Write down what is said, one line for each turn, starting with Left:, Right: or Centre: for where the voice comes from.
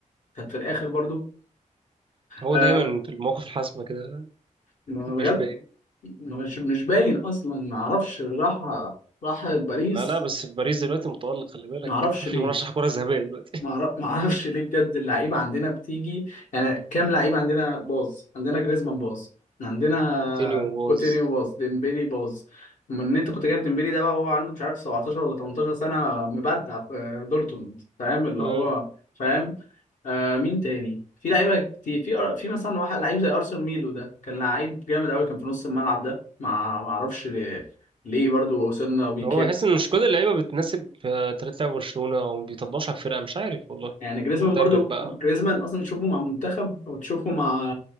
Left: كانت في الاخر برضو
Right: هو
Left: آه
Right: دايما في المواقف الحاسمه كده
Left: ما
Right: مش
Left: هو بجد
Right: باين
Left: مش مش باين اصلا ما اعرفش راح راح باريس
Right: لا لا بس في باريس دلوقتي متألق خلي بالك
Left: ما اعرفش
Right: <laughs>
Left: ليه
Right: مرشح كره ذهبيه دلوقتي
Left: ما أعرف- ما اعرفش ليه بجد اللعيبه عندنا بتيجي يعني كام لعيب عندنا باظ عندنا جريزمان باظ عندنا
Right: كوتينيو باظ
Left: كوتينيو باظ ديمبيلي باظ من ان انت كنت جايب ديمبيلي ده بقى هو عنده مش عارف 17 ولا 18 سنه مبدع في دورتموند فاهم اللي
Right: مم.
Left: هو فاهم آه مين تاني في لعيبه كتير في أر- في مثلا واحد لعيب زي ارسن ميلو ده كان لعيب جامد قوي كان في نص الملعب ده ما ما اعرفش ليه ليه برضو وصلنا بيه
Right: هو بحس ان مش كل اللعيبه بتناسب آه، طريقه لعب برشلونه او ما بيطبقش على الفرقه مش عارف والله
Left: يعني جريزمان
Right: المدرب
Left: برضو
Right: بقى
Left: جريزمان اصلا تشوفه مع منتخب او تشوفه مع